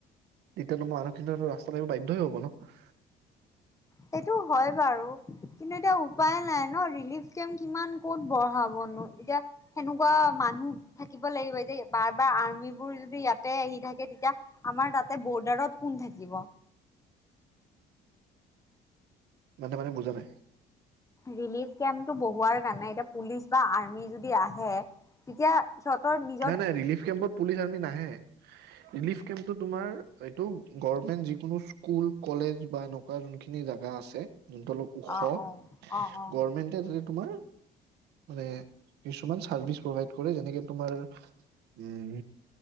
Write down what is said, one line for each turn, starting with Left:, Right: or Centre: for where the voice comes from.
Right: তেতিয়াতো মানুহখিনিতো ৰাস্তা লৈ আহিবলৈ বাধ্যই হ'ব ন
Left: সেইটো হয় বাৰু। কিন্তু এতিয়া উপায় নাই ন ৰিলিফ কেম্প কিমান ক'ত বঢ়াবনো এতিয়া সেনেকুৱা মানুহ থাকিব লাগিব এতিয়া বাৰ বাৰ আৰ্মিবোৰ যদি ইয়াতে আহি থাকে তেতিয়া আমাৰ তাতে বৰ্ডাৰত কোন থাকিব?
Right: মানে মানে বুজা নাই
Left: ৰিলিফ কেম্পটো বহোৱাৰ কাৰণে এতিয়া পুলিচ বা আৰ্মি যদি আহে তেতিয়া সিহঁতৰ নি
Right: নাই নাই ৰিলিফ কেম্পত পুলিচ, আৰ্মি নাহে। ৰিলিফ কেম্পটো তোমাৰ এইটো গভৰ্মেন্ত যিকোনো স্কুল, কলেজ বা এনেকুৱা যোনখিনি জেগা আছে যোনটো অলপ ওখ
Left: অ অ অ অ
Right: গভমেণ্ট তে তাতে তোমাৰ মানে কিছুমান চাৰ্ভিচ প্ৰভাইত কৰে যেনেকে তোমাৰ উম